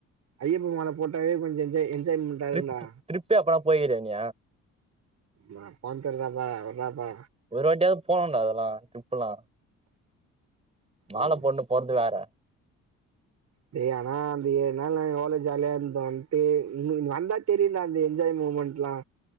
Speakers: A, on the right (about 60°); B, on the right (about 20°).
A: ஐயப்ப மால போட்டாலே கொஞ்ச என்ஜாய் என்ஜாய்மெண்டா இருக்கும்டா
B: ட்ரிப் ட்ரிப்பெப்பா பொய்குறியாநி
A: நா போன்ந்தில்லபா விட்றப்ப
B: ஒரு வாட்டியா போணோன்டா அதலா ட்ரிப்புலா மால
A: ம்
B: பொண்ணு போற்து வேற
A: டேய் ஆனா அந்த ஏழ் நாள் நா யோளோ ஜால்யாந்தோன்ட்டு வந்தா தெரில அந்த என்ஜாய் மூமெண்ட் லா